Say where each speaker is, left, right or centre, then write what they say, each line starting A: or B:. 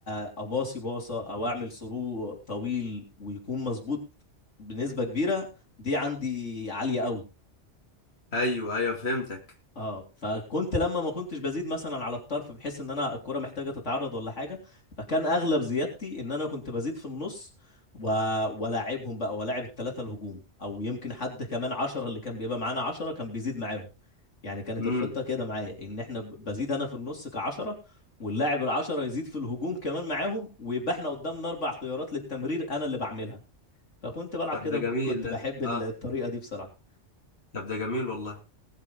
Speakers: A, on the left; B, on the left.
A: أ- اباصي باصه او اعمل ثرو طويل ويكون مظبوط بنسبه كبيره دي عندي عاليه قوي
B: ايوه ايوه فهمتك
A: اه فكنت لما ما كنتش بزيد مثلا على الطرف بحيث ان انا الكرة محتاجة تتعرض ولا حاجة فكان اغلب زيادتي ان انا كنت بزيد في النص و... ولاعبهم بقى ولاعب الثلاثة الهجوم او يمكن حد كمان عشرة اللي كان بيبقى معانا عشرة كان بيزيد معاهم يعني كانت
B: امم
A: الخطة كده معايا ان احنا ب- بزيد انا في النص كعشرة واللاعب العشرة يزيد في الهجوم كمان معاهم ويبقى احنا قدامنا اربع خيارات للتمرير انا اللي بعملها فكنت بلعب
B: طب
A: كده
B: ده جميل
A: كنت
B: ده
A: بحب الطريقة
B: اه
A: دي بصراحة
B: طب ده جميل والله